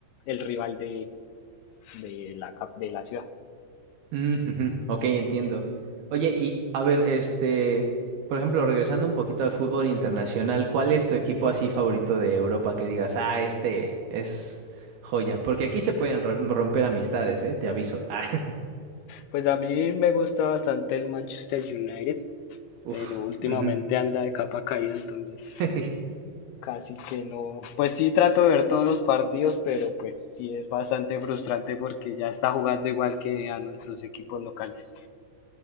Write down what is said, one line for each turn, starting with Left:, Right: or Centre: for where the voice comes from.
Left: el rival de, de la, de la ciudad.
Right: Mm, ujú. Ok, entiendo. Oye, y a ver, este, por ejemplo, regresando un poquito al fútbol internacional, ¿cuál es tu equipo así favorito de Europa que digas, ah, este es joya? Porque aquí se pueden rom- romper amistades, ¿eh? Te aviso. Ah, <laughs>
Left: Pues a mí me gusta bastante el Manchester United,
Right: uf.
Left: pero últimamente
Right: ujú.
Left: anda de capa caída, entonces
Right: <laughs>
Left: casi que no. Pues sí trato de ver todos los partidos, pero pues sí es bastante frustrante porque ya está jugando igual que a nuestros equipos locales.